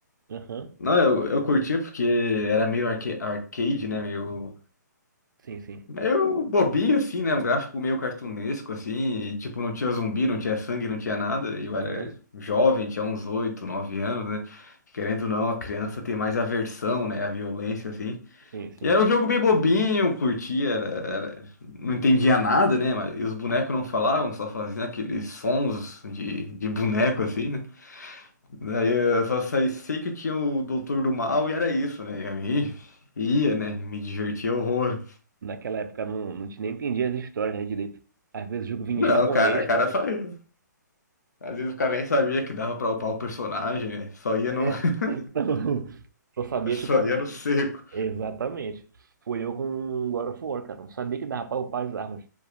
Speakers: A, on the right (about 85°); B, on the left (about 60°).
A: Aham.
B: Não, eu, eu curtia porque era meio arca- arcade, né? Meio,
A: Sim, sim.
B: meio bobinho, assim, né? Um gráfico meio cartunesco, assim. E, tipo, não tinha zumbi, não tinha sangue, não tinha nada. E eu era
A: Aham.
B: jovem, tinha uns 8, 9 anos, né? Querendo ou não, a criança tem mais aversão, né? A violência, assim.
A: Sim, sim.
B: E era um jogo bem bobinho, eu curtia, era, era- não entendia nada, né? Mas, e os bonecos não falavam, só faziam aqueles sons de, de boneco, assim, né? Daí eu só sei, sei que tinha o Doutor do Mal e era isso, né? E aí, ia, né? Me divertia horror.
A: Naquela época não, não te nem entendia as histórias, né, direito. Às vezes o jogo vinha
B: Não,
A: em japonês,
B: cara, o cara
A: cara.
B: só ia. Às vezes o cara nem sabia que dava pra upar o personagem, né? Só ia
A: É.
B: no, <laughs>
A: Então, <laughs> só sabia,
B: só
A: tipo,
B: ia no seco.
A: exatamente. Foi eu com God of War, cara. Não sabia que dava pra upar as armas.